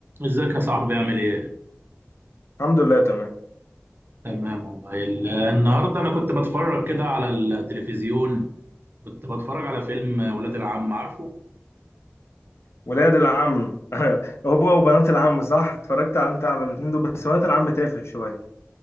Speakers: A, on the right; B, on the left.
A: ازيك يا صاحبي عامل ايه؟
B: الحمد لله تمام
A: تمام والله ال- النهارده انا كنت بتفرج كده على التلفزيون كنت بتفرج على فيلم ولاد العم عارفه؟
B: ولاد العم <laughs> هو وبنات العم صح اتفرجت انت على الاثنين دول بس بنات العم تافه شويه